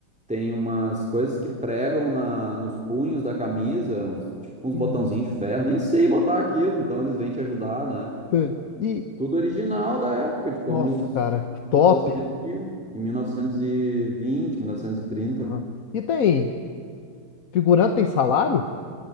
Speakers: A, in the centre; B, on the left.
A: tem umas coisas que pregam na, nos punhos da camisa, uns- tipo uns
B: Uhum.
A: botãozinhos de ferro, nem sei botar aquilo, então eles vêm te ajudar, né?
B: Sei. E,
A: Tudo original da época, de como
B: nossa,
A: as
B: cara, que top.
A: pessoas se vestiam em 1920, 1930.
B: Aham. E tem, figurante tem salário?